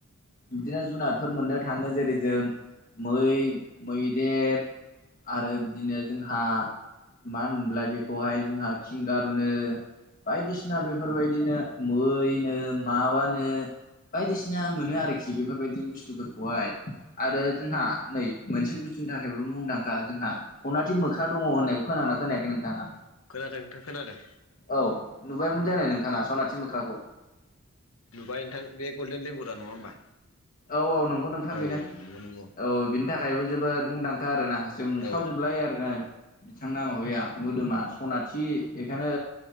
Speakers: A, on the left; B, on the left.
A: बिदिनो जुनादफोर मोननो थाङो जेरै जों मै मैदेर आरो बिदिनो जोंहा मानो होनब्ला बेखौहाय जोंहा खिंगारुनो बायदिसिना बेफोरबायदिनो मैनो माबानो बायदिसिना मोनो आरोखि बेफोरबायदि बुस्थुफोरखौहाय आरो जोंहा नै मोनसे बुस्थुनि थाखायबो मुंदांखा जोंहा अनाथि मोख्रा दङ होननायखौ खोना ना खोनायाखै नोंथाङा
B: खोनादों नोंथां खोनादों
A: औ नुबायमोन जानाय नोंथाङा सनाथि मोख्राखौ
B: नुबाय नोंथां बे गल्डेन लेंगुर दा नङा होमबा
A: औ औ नंगौ नोंथां
B: औ
A: बेनो
B: औ नंगौ
A: औ बिनि थाखायबो जोबोद मुंदांखा आरोना जों
B: नंगौ औ
A: खावजोबनाय आरोना बिथांना माबाया मोदोमा सनाथि बेखायनो